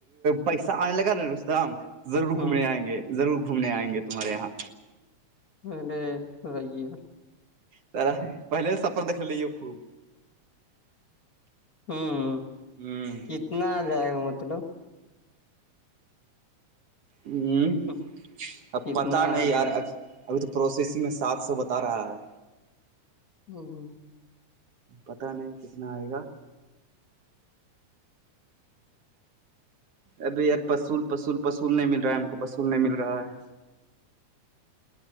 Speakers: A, on the right (about 55°); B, on the left (about 40°).
A: پیسہ آنے لگا نا رست ہم ضرور
B: ہوں
A: گھومنے آئیں گے ضرور گھومنے آئیں گے تمہارے یہاں
B: <unintelligible>
A: سارا پہلے سے اپ د لیی خوب
B: ہمم
A: ہ
B: کتنا جائے گا مطلب
A: ہمم
B: ہوں،
A: اب
B: کتنا
A: پتہ نہیں
B: آ جائے
A: یار
B: گا
A: اب ابھی تو پروسیسنگ میں سات سو بتا رہا ہے
B: ہمم ہمم
A: پتا نہیں کتنا آئے گا ابھی یار پسل پل پول نہیں مل رہا ہے ہم کو پسول نہیں مل رہا ہے